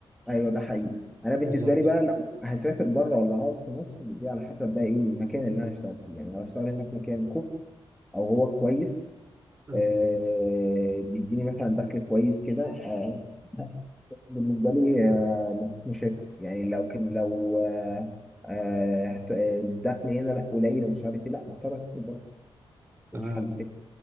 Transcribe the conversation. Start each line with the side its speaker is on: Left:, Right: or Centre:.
Centre: ايوه ده حقيقي انا بالنسبه
Right: بالظبط
Centre: لي بقى لو هسافر بره ولا هقعد في مصر دي على حسب بقى ايه المكان اللي انا هشتغل فيه يعني لو هشتغل هنا في مكان كوف او هو كويس
Right: مم.
Centre: آه بيديني مثلا دخل كويس كده آه بالنسبة لي آه، مش هيك. يعني لو كان لو آه، آه، ف- الدخل هنا لا قليل ومش عارف ايه لا هضطر اسافر بره
Right: تمام
Centre: مفيش حل تاني